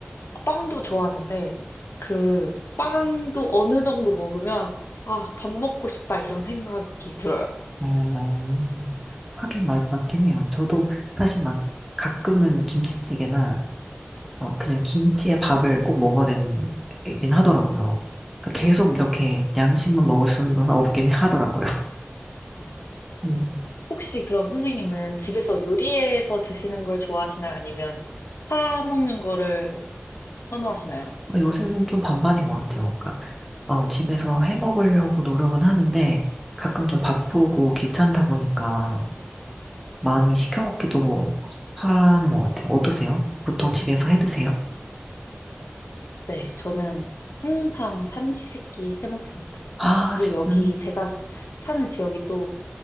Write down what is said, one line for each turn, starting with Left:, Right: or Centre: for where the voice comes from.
Left: 빵도 좋아하는데 그 빵도 어느 정도 먹으면 아, 밥 먹고 싶다 이런 생각이 들어요.
Centre: 음, 하긴 맞, 맞긴 해요. 저도 사실 막 가끔은 김치찌개나 막 그냥 김치에 밥을 꼭 먹어야 되는 얘긴 하더라고요. 그러니까 계속 이렇게 양식만 먹을 수는 없긴 하더라고요. <laughs>
Left: 아,
Centre: 음.
Left: 혹시 그럼 선생님은 집에서 요리해서 드시는 걸 좋아하시나요? 아니면 사 먹는 거를 선호하시나요?
Centre: 어, 요새는 좀 반반인 것 같아요. 그러니까 어, 집에서 해 먹으려고 노력은 하는데 가끔 좀 바쁘고 귀찮다 보니까 많이 시켜 먹기도 하는 것 같아요. 어떠세요? 보통 집에서 해 드세요?
Left: 네, 저는 항상 삼시세끼 해먹습니다.
Centre: 아,
Left: 그리고
Centre: 진짜.
Left: 여기 제가 스- 사는 지역이 또